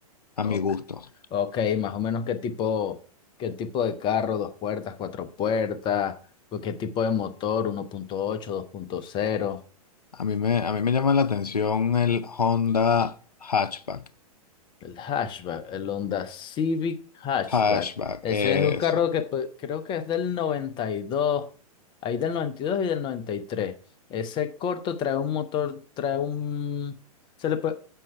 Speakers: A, on the left; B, on the left.
A: a
B: ok,
A: mi gusto.
B: ok, más o menos qué tipo, qué tipo de carro, dos puertas, cuatro puertas, o qué tipo de motor, uno punto ocho, dos punto cero?
A: A mí me, a mí me llama la atención el Honda Hatchback.
B: El hatchback, el Honda Civic Hatchback.
A: Hatchback,
B: Ese
A: ese.
B: es un carro que pues, creo que es del noventa y dos Hay del noventa y dos y del noventa y tres Ese corto trae un motor, trae un... Se le puede-